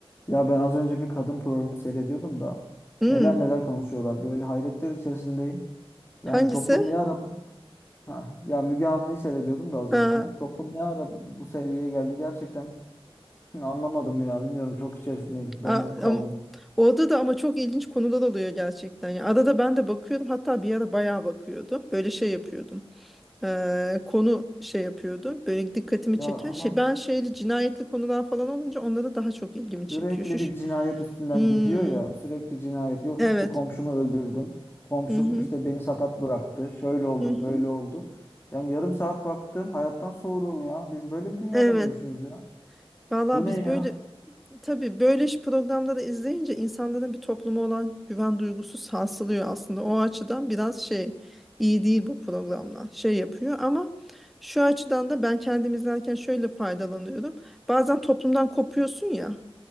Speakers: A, on the left; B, in the centre.
A: Ya ben az önce bir kadın programı seyrediyordum da
B: Hmm,
A: neler neler konuşuyorlar. Böyle hayretler içerisindeyim. Yani
B: hangisi?
A: toplum ne ara ha, ya Müge Anlı'yı seyrediyordum da az
B: Ha,
A: önce. Toplum ne ara bu seviyeye geldi gerçekten <laughs> anlamadım ya. Bilmiyorum çok içerisindeyim. Dondum
B: a-
A: kaldım.
B: am- orada da ama çok ilginç konular oluyor gerçekten. ya adada ben de bakıyordum. Hatta bir ara bayağı bakıyordum. Böyle şey yapıyordum. Ee, konu şey yapıyordu. Böyle dikkatimi
A: Ya
B: çeken
A: ama
B: şey. Ben şeyli cinayetli konular falan olunca onlara daha çok ilgimi çekiyor.
A: sürekli
B: Şu, şu-
A: bir cinayet üstünden
B: Hmm,
A: gidiyor ya. Sürekli cinayet. Yok
B: evet.
A: işte komşumu öldürdüm. Komşum
B: Hı hı,
A: işte beni sakat bıraktı. Şöyle oldu,
B: hı
A: böyle
B: hı.
A: oldu. Yani yarım saat baktım hayattan soğudum ya. Biz böyle bir dünyada
B: Evet.
A: mı yaşıyoruz ya?
B: Valla
A: Bu ne
B: biz
A: ya?
B: böyle Tabii böyle iş programda da izleyince insanların bir topluma olan güven duygusu sarsılıyor aslında. O açıdan biraz şey iyi değil bu programlar. Şey yapıyor ama şu açıdan da ben kendim izlerken şöyle faydalanıyorum. Bazen toplumdan kopuyorsun ya.